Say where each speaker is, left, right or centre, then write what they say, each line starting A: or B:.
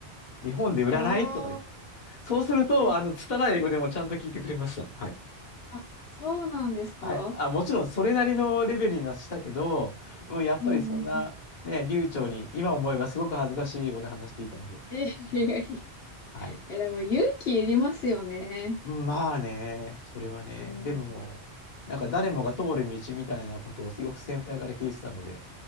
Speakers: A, on the left; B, on the left.
A: 日本で売らないとか言って。
B: あ
A: そうすると、
B: あ、はい。
A: あの、拙い英語でもちゃんと聞いてくれました。はい。
B: あ、そうなんですか
A: はい。あ、もちろんそれなりのレベルにはしたけど、うん、やっぱりそんな、
B: うんうんうん。
A: ね、流暢に、今思えばすごく恥ずかしい英語で話していたので。
B: え、いやいやい
A: うんはい。
B: や、でも勇気いりますよね。
A: うんまあね、それはね、
B: うん。
A: でも、なんか誰もが通る道みたいなことをよく先輩から聞いてたので、